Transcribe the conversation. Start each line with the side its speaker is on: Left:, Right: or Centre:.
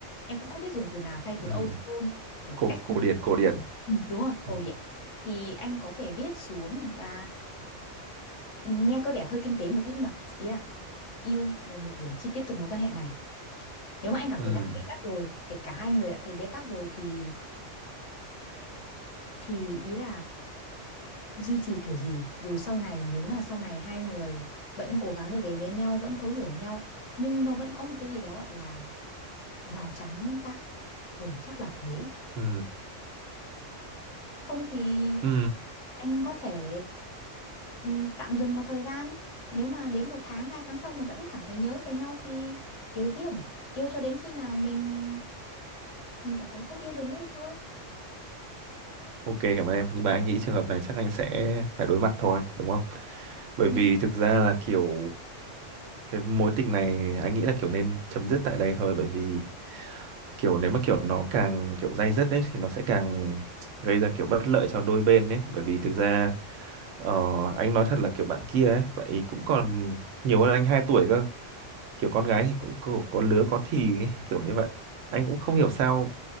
Left: em cũng không biết dùng từ nào thay từ
Right: ừ
Left: old school kiểu
Right: cổ
Left: cách
Right: cổ
Left: thức.
Right: điển cổ điển
Left: Ừ, đúng rồi cổ
Right: ừ
Left: điển thì anh có thể viết xuống và nghe có vẻ hơi kinh tế một tí nhưng mà ý là ưu và nhược điểm khi tiếp tục mối quan hệ này nếu mà anh cảm
Right: ừ
Left: thấy đã bế tắc rồi kể cả hai người đã thấy bế tắc rồi thì thì ý là duy trì kiểu gì dù sau này nếu mà sau này hai người vẫn cố gắng được đến với nhau vẫn thấu hiểu nhau nhưng nó vẫn có một cái gì đó gọi là rào chắn đúng không ta ừ chắc là thế
Right: ừ
Left: không thì
Right: ừ
Left: anh có thể ừm, tạm dừng một thời gian nếu mà đến một tháng hai tháng sau mà vẫn cảm thấy nhớ về nhau thì yêu tiếp yêu cho đến khi nào mình mình cảm thấy không yêu được nữa thì thôi
Right: Ok cảm ơn em nhưng mà anh nghĩ trường hợp này chắc anh sẽ phải đối mặt thôi đúng không? Bởi
Left: Ừ.
Right: vì thực ra là kiểu cái mối tình này anh nghĩ là kiểu nên chấm dứt tại đây thôi bởi vì kiểu nếu mà kiểu nó càng kiểu day dứt đấy thì nó sẽ càng gây ra kiểu bất lợi cho đôi bên đấy bởi vì thực ra ờ, anh nói thật là kiểu bạn kia ấy bạn ấy cũng còn nhiều hơn anh 2 tuổi cơ kiểu con gái thì cũng kiểu có lứa có thì ấy, kiểu như vậy anh cũng không hiểu sao